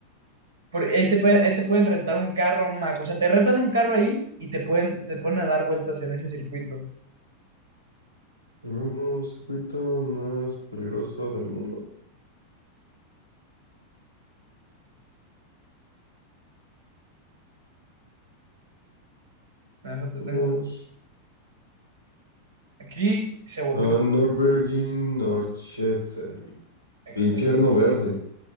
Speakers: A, on the right (about 65°); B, on the right (about 85°).
A: Por- ahí, te pueden, ahí te pueden rentar un carro, un Mac. O sea, te rentan un carro ahí y te pueden, te ponen a dar vueltas en ese circuito.
B: Un circuito más peligroso del mundo.
A: Déjate-
B: Vamos
A: déjate. Aquí se volteó
B: a
A: un.
B: Norbergin Norchese,
A: Aquí
B: el
A: está.
B: infierno verde.